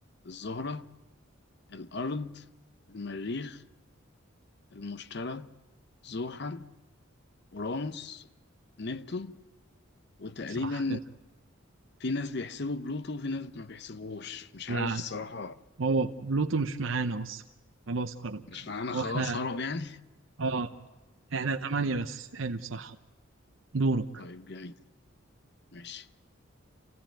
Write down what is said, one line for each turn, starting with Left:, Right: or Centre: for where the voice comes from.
Left: الزهرة الأرض المريخ المشتري زحل أورانوس نبتون وتقريبا
Right: صح كده
Left: في ناس بيحسبوا بلوتو وفي ناس ما بيحسبوهوش مش
Right: لا
Left: عارف الصراحة
Right: هو بلوتو مش معانا أصلا خلاص خرج
Left: مش معانا خلاص
Right: هو احنا
Left: هرب يعني
Right: اه احنا تمانية بس حلو صح دورك
Left: <laughs> طيب جميل ماشي